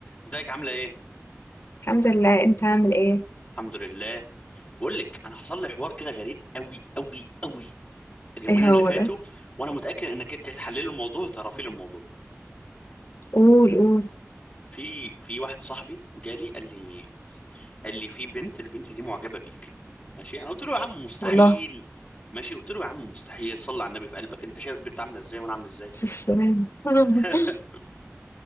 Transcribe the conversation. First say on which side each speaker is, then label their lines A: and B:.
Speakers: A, on the left; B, on the left.
A: ازيك عامله ايه
B: الحمد لله انت عامل ايه
A: الحمد لله بقول لك انا حصل لي حوار كده غريب قوي قوي قوي اليومين
B: ايه
A: اللي
B: هو
A: فاتوا
B: ده
A: وانا متاكد انك انت هتحللي الموضوع وتعرفي لي الموضوع
B: قول قول
A: في في واحد صاحبي جالي قال لي قال لي في بنت البنت دي معجبه بيك ماشي انا قلت له يا عم مستحيل
B: والله
A: ماشي قلت له يا عم مستحيل صلي على النبي في قلبك انت شايف البنت عامله ازاي وانا عامل ازاي
B: بس السلامة <laughs>
A: <laughs>